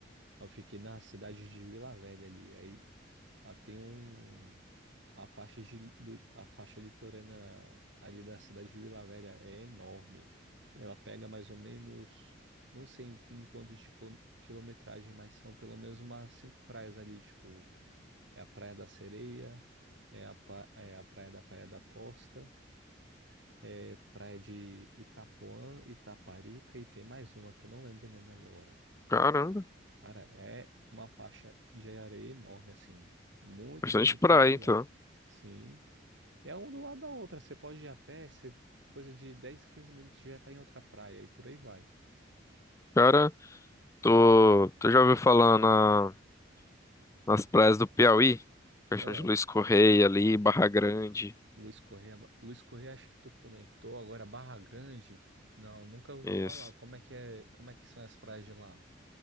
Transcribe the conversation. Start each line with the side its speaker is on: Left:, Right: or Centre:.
Right: Eu fiquei na cidade de Vila Velha ali. Aí lá tem um. A faixa, de, do- a faixa litorânea ali da cidade de Vila Velha é enorme. Ela pega mais ou menos, não sei em em quantos de quilo- quilometragem, mas são pelo menos umas cinco praias ali, tipo, é a Praia da Sereia, é a, pa- é a Praia da Praia da Costa, é Praia de Itapuã, Itaparica e tem mais uma que eu não lembro o nome agora.
Left: Caramba,
Right: Cara, é uma faixa de areia enorme, assim, muito
Left: bastante
Right: bonito,
Left: praia,
Right: muito legal.
Left: então.
Right: Sim. É um do lado da outra. Você pode ir a pé, você- coisa de 10, 15 minutos você já está em outra praia e por aí vai.
Left: Cara, tu, tu já ouviu falar na. Nas praias do Piauí, Caixão
Right: Ah,
Left: de Luiz Correia ali, Barra Grande.
Right: Luiz Correia, Luiz Correia, acho que tu comentou agora Barra Grande. Não, nunca ouvi
Left: Isso.
Right: falar. Como é que é, como é que são as praias de lá?